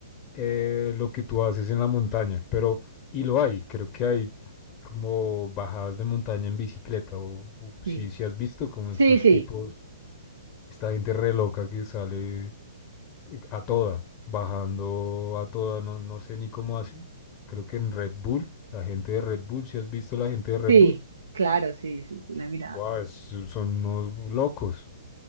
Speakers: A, on the left; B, on the right.
A: eh, lo que tú haces en la montaña, pero, y lo hay, creo que hay como bajadas de montaña en bicicleta, o, o
B: sí,
A: si, si has visto como
B: sí,
A: estos
B: sí.
A: tipos, esta gente re loca que sale eh, a toda, bajando a toda, no, no sé ni cómo hacen, creo que en Red Bull, la gente de Red Bull, si has visto la gente de Red
B: Sí,
A: Bull,
B: claro, sí, sí, sí, la mirada.
A: Buah, es- son unos locos.